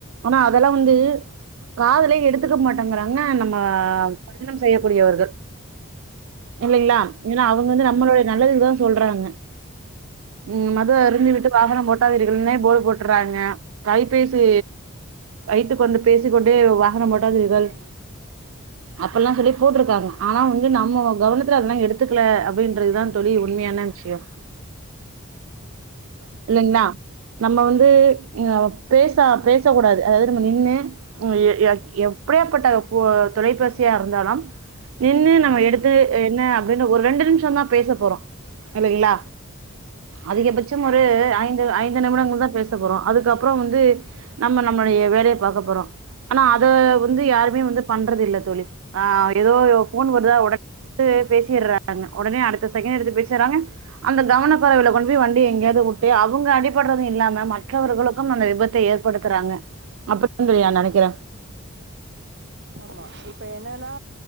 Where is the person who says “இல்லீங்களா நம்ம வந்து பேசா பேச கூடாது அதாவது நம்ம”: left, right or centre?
Right